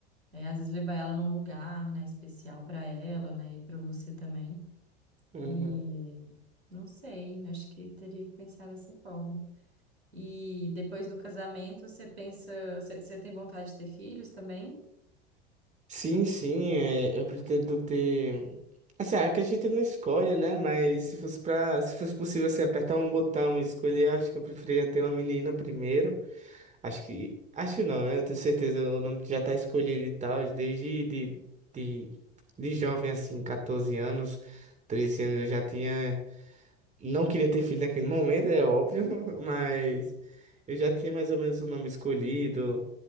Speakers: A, on the right; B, on the right.
A: É, às vezes levar ela num lugar, né, especial para ela, né, e para você também.
B: uhum.
A: E não sei, acho que teria que pensar dessa forma. E depois do casamento, você pensa, você você tem vontade de ter filhos também?
B: Sim, sim, é, eu pretendo ter. Assim, ah, que a gente não escolhe, né? Mas se fosse pra, se fosse possível assim, apertar um botão e escolher, eu acho que eu preferia ter uma menina primeiro. Acho que. Acho não, né? Eu tenho certeza, o nome já tá escolhido e tal, desde de, de, de jovem, assim, 14 anos, 13 anos, eu já tinha. Não queria ter filho naquele momento, é óbvio, <laughs> mas eu já tinha mais ou menos o nome escolhido